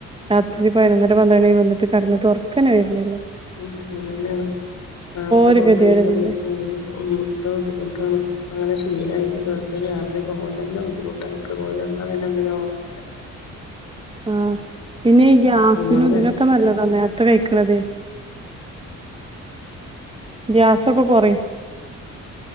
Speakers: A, on the right (about 20°); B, on the left (about 65°).
A: രാത്രി പയിനൊന്നര പന്ത്രണി ആയി വന്നിട്ട് കടന്നിട്ട് ഒറക്കനെ വര്ണില്ല
B: ഉം അയന്നേണ് നേരത്തെ
A: ഒരു
B: ഫുഡയിച
A: ഗതികേട് പിന്നെ
B: പക്ഷെ <unintelligible> ബുദ്ധിമുട്ടാണ് അങ്ങനെ ശീലായി <unintelligible> രാത്രി പോവാൻ തന്നെ ബുദ്ധിമുട്ട ഇൻക്. പോയി വന്ന പിന്നെ അന്ന് ഞാൻ ഒറങൂല
A: ആഹ് പിന്നെ ഈ ഗ്യാസിനും
B: നമ്മളത്
A: ഇതിനൊക്കെ നല്ലത നേരത്തെ കഴിക്ക്ണതേ ഗ്യാസൊക്കെ കെറയും